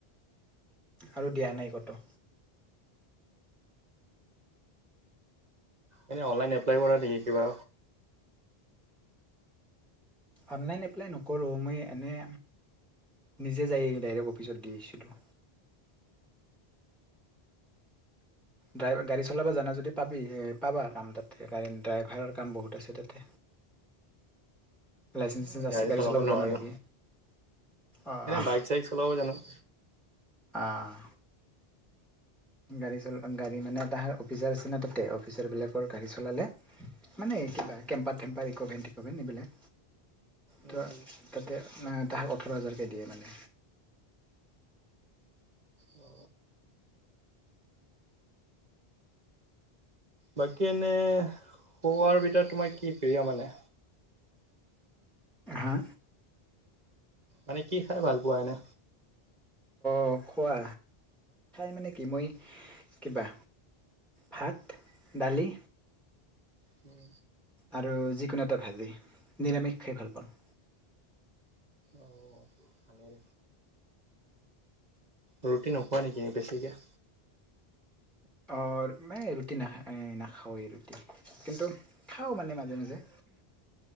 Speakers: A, in the centre; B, on the right.
A: আৰু দিয়া নাই ক'তো।
B: এনেই অনলাইন এপ্লাই কৰা নেকি কিবা,
A: অনলাইন এপ্লাই নকৰোঁ মই এনে নিজে যাই ডাইৰেক্ট অফিচত দি আহিছিলোঁ। ড্ৰাইভ গাড়ী চলাব জানা যদি পাবি পাবা কাম তাতে গাড়ী ড্ৰাইভাৰৰ কাম বহুত আছে তাতে? লাইচেঞ্চ
B: নাই
A: চাইচেঞ্চ আছে
B: গাড়ী চলাব নোৱাৰো,
A: জান নেকি অঁ
B: এনেই
A: অঁ, গাড়ী চল মানে এটা অফিচাৰ নিচিনা তাতে গাড়ী চলালে মানে কিবা কেম্পাৰেম্পাৰ ইভেন ভেন এইবিলাক
B: উম
A: ত
B: উম
A: তাতে মানে তাহাক ওঠৰ হাজাৰকৈ দিয়ে মানে।
B: অ। বাকী এনেই খোৱাৰ ভিতৰত তোমাৰ কি প্ৰিয় মানে?
A: হা
B: মানে কি খাই ভাল পোৱা এনে?
A: অ খোৱা মানে কি মই
B: উম
A: কিবা ভাত দালি,
B: উম,
A: আৰু যিকোনো এটা ভাজি নিৰামিষ খাই ভাল পাও।
B: অ' ভালে। ৰুটি নোখোৱা নেকি বেছিকৈ।
A: অ' মই ৰুটি নাই নাখাওঁ এই ৰৰুটি। কিন্তু খাওঁ মানে মাজে, মাজে।